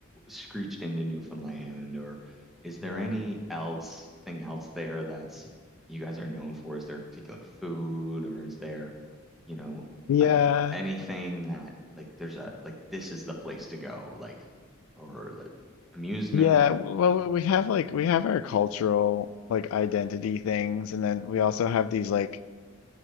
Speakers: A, in the centre; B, on the left.
A: screeched into Newfoundland or is there
B: Yeah.
A: any else thing else there that's you guys are known for? Is there a particular food or is there, you know,
B: Yeah.
A: uh, anything that like there's a like this is the place to go like or like amusement?
B: Yeah. Well, we have like we have our cultural like identity things, and then we also have these like